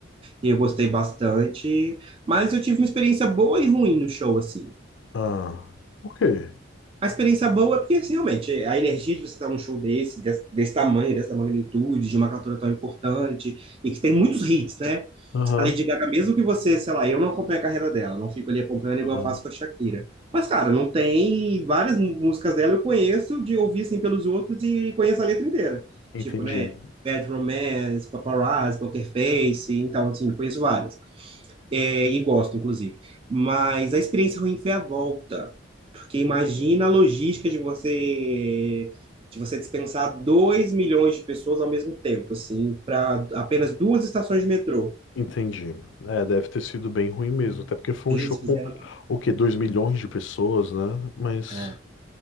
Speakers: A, on the right; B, on the left.
A: e eu gostei bastante, mas eu tive uma experiência boa e ruim no show, assim.
B: Ah, o quê?
A: A experiência boa é porque, assim, realmente, a energia de você estar num show desse, desse, desse tamanho, dessa magnitude, de uma cantora tão importante, e que tem muitos hits, né,
B: Aham,
A: A Lady Gaga, mesmo que você, sei lá, eu não acompanho a carreira dela, não fico ali acompanhando
B: aham,
A: igual eu faço com a Shakira. Mas, cara, não tem. Várias mú- músicas dela eu conheço de ouvir assim pelos outros e conheço a letra inteira.
B: entendi.
A: Tipo, né? Bad Romance, Paparazzi, Poker Face, então, assim, conheço várias. É, e gosto, inclusive. Mas a experiência ruim foi a volta, porque imagina a logística de você de você dispensar 2 milhões de pessoas ao mesmo tempo, assim, para apenas duas estações de metrô.
B: Entendi. É, deve ter sido bem ruim mesmo, até porque foi
A: Eles
B: um show com
A: fizeram
B: o quê? dois milhões de pessoas, né? Mas,
A: É,